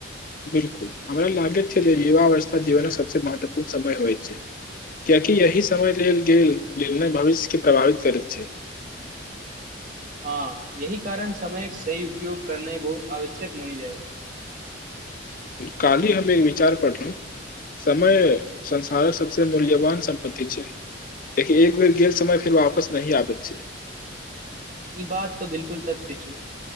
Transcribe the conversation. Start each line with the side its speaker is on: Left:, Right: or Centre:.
Left: बिलकुल हमरा लागैत छै जे युवााववस्था जीवनक सभसँ महत्वपूर्ण समय होइत छै किियकि यही समय लेल गेल निर्णय भविष्यके प्रभावित करैत छै
Right: हँ यही कारण समयक सही उपयोग करना बहुत आवश्यक मान जाय
Left: काली हम एक विचार पढ़लहु समय संसारक सबसे मूल्यवान सम्पत्तति छै लि एक बेर गेल समय फेर वापस नहिही आबैत छै
Right: ई बात तऽ बिलकुल सत्य छै